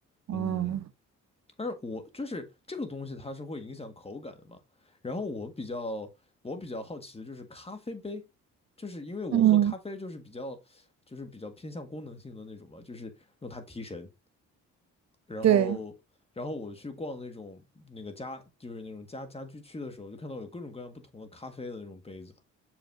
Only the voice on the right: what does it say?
嗯
嗯，
对，